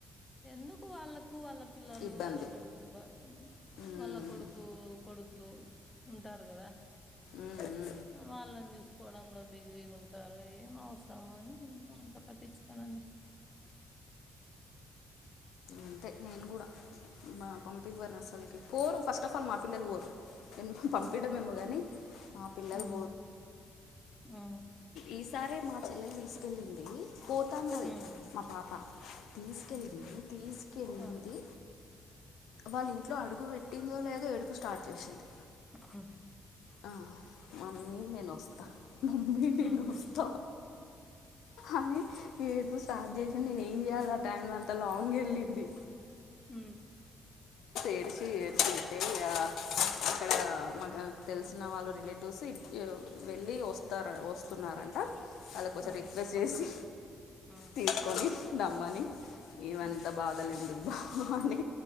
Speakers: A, on the left; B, on the left.
A: ఎందుకు వాళ్ళకు వాళ్ళ పిల్లలు
B: ఇబ్బంది
A: వాళ్ళ కొడుకు బా
B: ఉమ్,
A: వాళ్ళ కొడుకు కొడుకు ఉంటారు కదా
B: ఉమ్,
A: మవాళ్ళని చూసుకోవడంలో బిజీగా ఉంటారు ఏం అవసరము అని నేను అంత పట్టించుకొనున్
B: అంతే నేను కూడా మా పంపివ్వరు అసలుకి పోరు ఫస్ట్ ఆఫ్ ఆల్ మా పిల్లలు పోరు పంపియడం ఏమో కానీ మా పిల్లలు
A: ఆ ఆ
B: ఈసారే మా చెల్లెలు తీసుకెళ్ళింది పొతాన్నది
A: హ్మ్
B: మా పాప తీసుకెళ్ళింది తీసుకెళ్ళింది
A: ఆహా
B: వాళ్ళ ఇంట్లో అడుగు పెట్టిందో లేదో ఏడుపు స్టార్ట్ చేసింది
A: ర్
B: ఆ మమ్మీ నేను వస్తా నేనోస్త
A: హ్మ్
B: అని ఏడుస్త స్టార్ట్ చేసింది నేను ఏం చేయ్యాల ఆ టైమ్ లో అంత లాంగ్ వెళ్ళింది
A: ఉ
B: ఏడసి ఏడసింటే ఇగ అక్కడ మాకు తెలిసిన వాళ్ళు రిలేటివ్స్ వెళ్ళి వస్తారు వస్ స్తున్నారంట వాళ్ళకోసం
A: ఆహా!
B: రిక్వెస్ట్ చేసి
A: అప్పుడు హ్మ్
B: తీసుకొని నమ్మని ఇవంతా
A: హ్మ్
B: బాధలు ఎందుకు బా అని